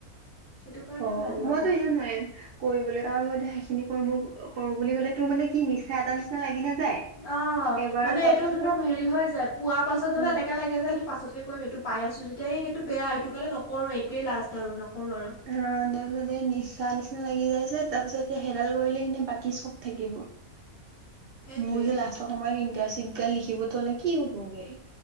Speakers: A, on the left; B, on the right.
A: সেইটো কাৰণে
B: থ
A: ভাল লগা
B: মইতো
A: নাই
B: ইও নোৱাৰিম কৰিবলৈ কাৰণ মইতো সেইখিনি কৰো বুলি ক'লে তোৰ মানে কি নিচা এটা নিচিনা লাগি নাযায়।
A: অঁ,
B: এবাৰ
A: মানে
B: কৰাৰ
A: এইটো
B: পিছত
A: ধৰাক
B: সেই
A: হেৰি হৈ যায় পোৱা পাছত ধৰা
B: উম
A: এনেককা লাগে যে সেইটো পাছত তে কৰিম এইটো পাই আছো যেতিয়া এইটো বেয়া সেইটো কাৰণে নকৰো এইটোৱে লাষ্ট আৰু নকৰো আৰু।
B: অ, তাৰপিছত এই নিচা নিচিনা লাগি যাইযে, তাৰ পিছত এতিয়া সেডাল কৰিলে সিনে বাকী চব থাকিব।
A: সেইটোৱে
B: মোৰ যে লাষ্টৰ সময়ত ইন্টাৰশ্বিপ গাল লিখিব থলে কি হ'বগে।